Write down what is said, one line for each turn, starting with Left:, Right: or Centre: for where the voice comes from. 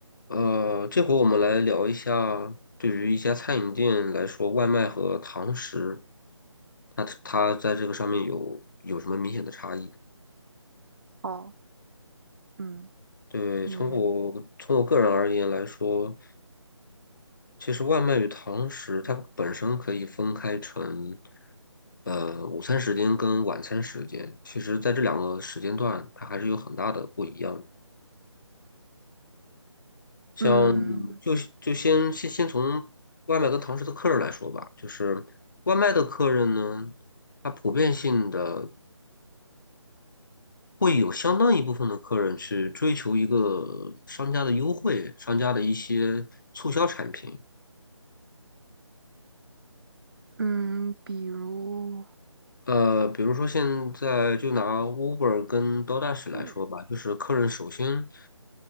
Left: 呃，这回我们来聊一下，对于一家餐饮店来说，外卖和堂食，它它在这个上面有有什么明显的差异？
Right: 哦，嗯，
Left: 对，
Right: 你，
Left: 从我从我个人而言来说，其实外卖与堂食它本身可以分开成，呃，午餐时间跟晚餐时间，其实在这两个时间段，它还是有很大的不一样的。像就是就先先先从外卖跟堂食的客人来说吧，
Right: 嗯
Left: 就是外卖的客人呢，他普遍性的会有相当一部分的客人去追求一个商家的优惠，商家的一些促销产品。
Right: 嗯，比如，
Left: 呃，比如说现在就拿 Uber 跟 d o o a s h
Right: 嗯，
Left: 来说吧，就是客人首先